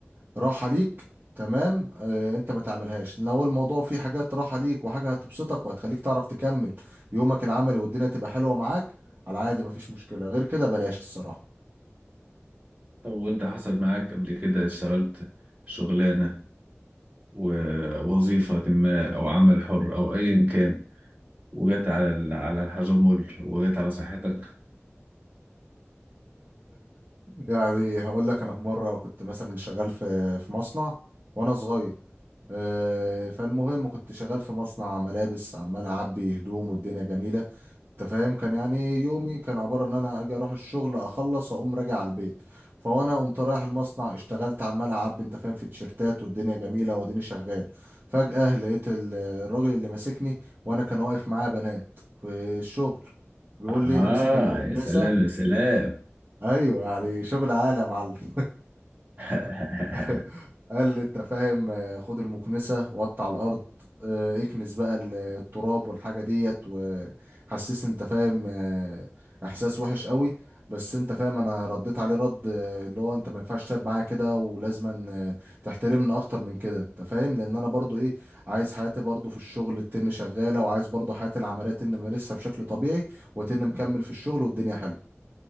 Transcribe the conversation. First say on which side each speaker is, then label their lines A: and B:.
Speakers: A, on the right; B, on the right.
A: راحة ليك تمام اه انت ما تعملهاش لو الموضوع فيه حاجات راحة ليك وحاجة هتبسطك وهتخليك تعرف تكمل يومك العملي والدنيا تبقى حلوة معاك على عادي مفيش مشكلة غير كده بلاش الصراحة
B: طب وانت حصل معاك قبل كده اشتغلت شغلانة ووظيفة ما او عمل حر او ايا كان وجت على ال- على الحجمل وجت على صحتك
A: يعني هقول لك انا في مره كنت مثلا شغال في في مصنع وانا صغير آه، فالمهم كنت شغال في مصنع ملابس عمال اعبي هدوم والدنيا جميله انت فاهم كان يعني يومي كان عباره ان انا اجي اروح الشغل اخلص اقوم راجع على البيت فوانا قمت رايح المصنع اشتغلت عمال اعبي انت فاهم في تيشيرتات والدنيا جميله واديني شغال فجاه لقيت ال- الراجل اللي ماسكني وانا كان واقف معاه بنات في الشغل بيقول
B: آه
A: لي امسك المكنسه
B: يا سلام يا سلام
A: ايوه يعني شغل عالي يا معلم
B: <laughs>
A: <laughs> قال لي انت فاهم آه، خد المكنسة وقطع الأرض آه، اكنس بقى ال- التراب والحاجة ديت وحسسني انت فاهم آه، إحساس وحش قوي بس انت فاهم انا رديت عليه رد آه، اللي هو انت ما ينفعش تلعب معايا كده ولازما آه، تحترمني اكتر من كده انت فاهم لان انا برضو ايه عايز حياتي برضو في الشغل التن شغالة وعايز برضو حياتي العملية تن مارسها بشكل طبيعي وتن مكمل في الشغل والدنيا حلوة